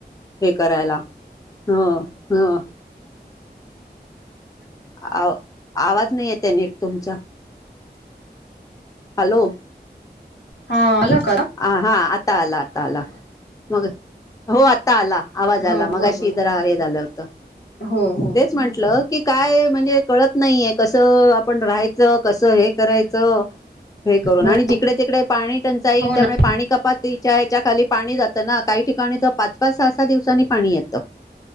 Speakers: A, on the left; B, on the left.
A: हे करायला ह ह आ आवाज नाही येत आहे नीट तुमचा हॅलो
B: है
A: ह हा आता आला आता आला मग त हो आता का आला आवाज
B: हो
A: आला मग
B: बोला
A: अशी
B: बोला
A: जरा हे झालं होत
B: हो हो
A: तेच म्हंटलं की काय म्हणजे कळत नाहीय कसं आपण राहायचं कसं हे करायचं हे करून
B: हो
A: आणि जिकडे तिकडे पाणी टंचाई
B: हो
A: त्यामुळे
B: ना
A: पाणी कपातीच्या त्याच्या खाली पाणी जातं ना काही ठिकाणी तर पाच पाच सहा सहा दिवसांनी पाणी येतं